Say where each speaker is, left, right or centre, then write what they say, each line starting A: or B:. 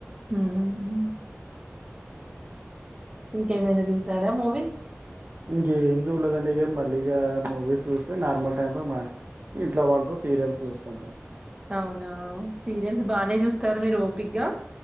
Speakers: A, on the right; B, on the right.
A: హమ్ ఇంకేమైన జూసారా మూవీస్
B: ఇంకేం చూడలేదండి ఇగ మళ్ళీ ఇగ మూవీస్ జూస్తే నార్మల్ టైమ్ లో మా ఇంట్లోవాల్తో సీరియల్స్ జూస్తుంటా
A: అవునా సీరియల్స్ బానే జూస్తరు మీరు ఓపిగ్గా